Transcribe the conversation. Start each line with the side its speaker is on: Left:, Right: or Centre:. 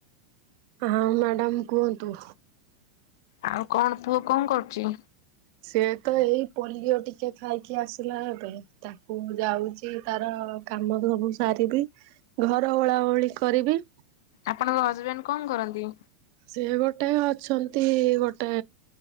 Right: ହଁ ମ୍ୟାଡ଼ାମ କୁହନ୍ତୁ
Left: ଆଉ କଣ ପୁଅ କଣ କରୁଛି?
Right: ସିଏ ତ ଏଇ ପୋଲିଓ ଟିକେ ଖାଇକି ଆସିଲା ଏବେ ତାକୁ ଯାଉଛି ତାର କାମ ସବୁ ସାରିବି ଘର ଓଳାଓଳି କରିବି
Left: ଆପଣଙ୍କ ହଜବେଣ୍ଡ କଣ କରନ୍ତି?
Right: ସେ ଗୋଟେ ଅଛନ୍ତି ଗୋଟେ